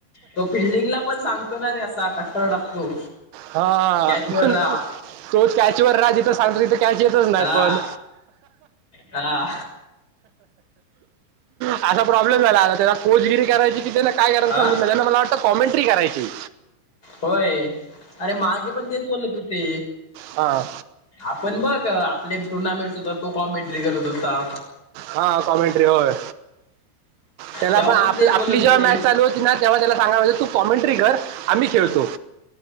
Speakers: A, on the left (about 20°); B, on the right (about 80°).
A: तो फिल्डिंगला पण सांगतो ना रे असा कट्टर टाकतो.
B: हा
A: कॅचवर
B: तो
A: राहा
B: तो कॅचवर राज तो सांगतो तिथं कॅच येतच नाय
A: हा
B: पण
A: हा
B: असा प्रॉब्लेम झाला आता त्याला कोचगिरी करायची की त्यांना काय करायला
A: हा
B: सांगू तुला त्यानं मला वाटतं कॉमेंट्री करायची.
A: होय आणि मागे पण तेच बोलत होते.
B: हा
A: आपण बघ आपले टुर्नामेंट होता तो कॉमेंट्री करत होता.
B: हा कॉमेंट्री होय. त्याला
A: तेव्हा
B: पण आपल
A: तेच
B: आपली
A: बोलत
B: जेव्हा
A: होते
B: मॅच चालू होती ना तेव्हा त्याला सांगायला पाहजे होत तू कॉमेंट्री कर आम्ही खेळतो.